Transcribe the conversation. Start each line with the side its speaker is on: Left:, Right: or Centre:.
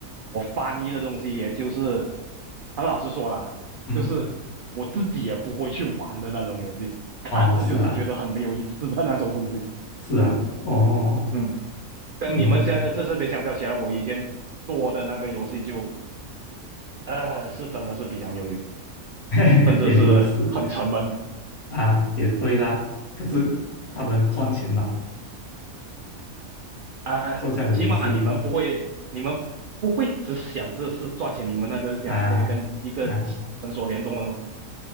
Right: 我翻译的东西，也就是很老实说啦，
Left: 嗯，
Right: 就是我自己也不会去玩的那种游戏，
Left: 嗯
Right: 看着就是觉得很没有意思的那种东西。
Left: 哦，是啊是啊，
Right: 嗯
Left: 哦，
Right: 嗯，跟你们现在在这边相较起来，
Left: 嗯。
Right: 我以前做的那个游戏就呃是真的是比较没有意思，
Left: <laughs> 嘿嘿，
Right: 甚至是很沉闷
Left: 没有意思啊，也对啦。可是他们赚钱嘛，
Right: 啊、
Left: 做这样的游戏
Right: 起码你们不会，你们不会只想着是赚钱，你们那就是讲还有跟一个诊所联动的什么。
Left: 啊啊，